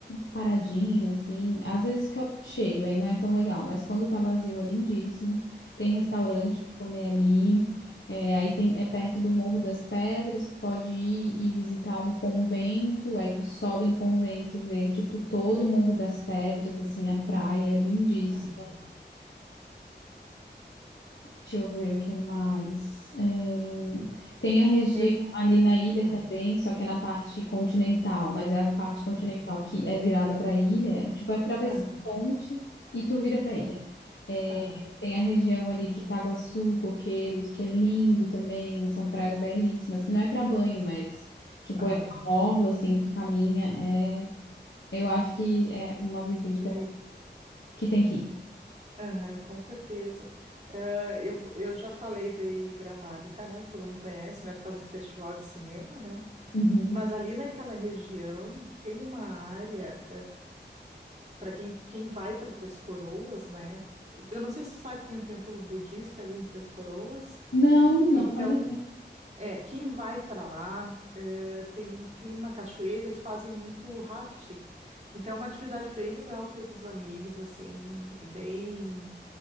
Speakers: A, on the left (about 85°); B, on the right (about 35°).
A: paradinha, assim. Às vezes fica cheio, aí não é tão legal, mas quando tá vazio é lindíssimo. Tem restaurante para comer ali. é, aí tem, é perto do Morro das Pedras, tu pode ir e visitar um convento, aí tu sobe no convento e vê, tipo, todo o Morro das Pedras, assim, a praia, é lindíssimo.
B: Aham.
A: Deixa eu ver o que mais. Eh, Tem a região
B: Eu. vou-
A: ali na ilha
B: Ah,
A: também, só que é na parte continental, mas é a parte continental
B: ah,
A: que é virada para a ilha, é tipo atravessar
B: ah,
A: a ponte e tu vira para a ilha.
B: ah,
A: Eh,
B: ah,
A: tem a região ali de Itaguaçu, Coqueiros, que é lindo também, são praias belíssimas, que não é para banho, mas tipo
B: ah.
A: é uma orla assim que tu caminha. É... Eu acho que é uma visita
B: Devia.
A: que tem que ir.
B: Aham, com certeza. Ah, eu, vou- eu já falei de Gramado e Canela, que todo mundo conhece, né? Por causa do festival de cinema, né?
A: Uhum.
B: Mas ali naquela região tem uma área, para quem, quem vai para Três Coroas, né? Eu não sei se tu sabe que tem um templo budista ali em Três Coroas.
A: Não, não,
B: Então,
A: família.
B: é, quem vai para lá, é, tem, tem uma cachoeira, eles fazem muito rafting. Então, é uma atividade bem legal para ir com os amigos, assim, e bem.